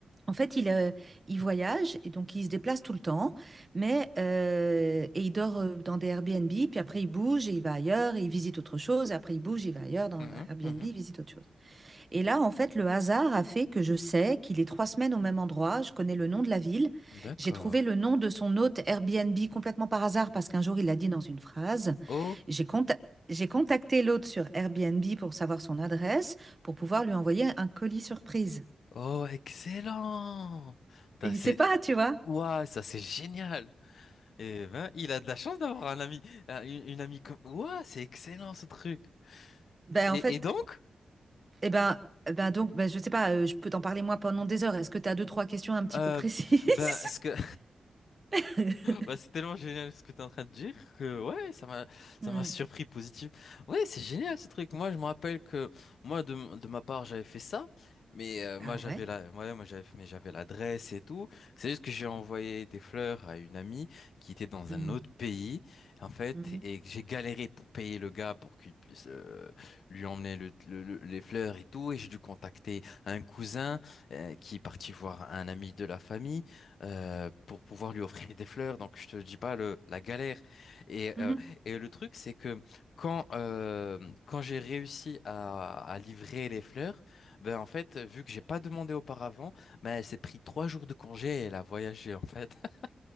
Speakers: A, on the right; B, on the left.
A: En fait, il, euh, il voyage et donc il se déplace tout le temps, mais euh, et il dort euh, dans des Airbnb, puis après il bouge et il va ailleurs et il visite autre chose, et après il bouge, il va ailleurs dans
B: Mhm,
A: un Airbnb,
B: mhm.
A: il visite autre chose. Et là, en fait, le hasard a fait que je sais qu'il est trois semaines au même endroit, je connais le nom de la ville,
B: D'accord.
A: j'ai trouvé le nom de son hôte Airbnb complètement par hasard parce qu'un jour il l'a dit dans une phrase.
B: Oh,
A: J'ai conta- j'ai contacté l'hôte sur Airbnb pour savoir son adresse, pour pouvoir lui envoyer un colis surprise.
B: oh, excellent. T'as-
A: Et il
B: C'est...
A: sait pas, tu vois.
B: Ouah, ça c'est génial. Et ben, il a de la chance d'avoir un ami, un- une, une amie comme. Ouah, c'est excellent ce truc.
A: Ben, en
B: Et,
A: fait,
B: et donc,
A: eh ben, eh ben donc, ben, je sais pas, euh, je peux t'en parler moi pendant des heures. Est-ce que tu as deux, trois questions un petit
B: euh,
A: peu précises?
B: ben, ce que
A: <laughs>
B: Bah, c'est tellement génial ce que tu es en train de dire que ouais, ça m'a ça
A: Hmm.
B: m'a surpris positif. Ouais, c'est génial ce truc. Moi, je me rappelle que moi de, de ma part, j'avais fait ça, mais euh,
A: Ah
B: moi j'avais
A: ouais?
B: la ouais, moi j'avais mais j'avais l'adresse et tout. C'est juste que j'ai envoyé des fleurs à une amie qui était dans
A: Hmm.
B: un autre pays en fait
A: Mhm.
B: et que j'ai galéré pour payer le gars pour qu'il puisse euh, lui emmener le- le- le- les fleurs et tout et j'ai dû contacter un cousin euh, qui est parti voir un ami de la famille euh, pour pouvoir lui offrir des fleurs. Donc, je te dis pas le, la galère. Et,
A: Mhm.
B: euh, et le truc, c'est que quand, euh, quand j'ai réussi à, à livrer les fleurs, ben, en fait, vu que j'ai pas demandé auparavant, ben, elle s'est pris trois jours de congé et elle a voyagé, en fait. <laughs>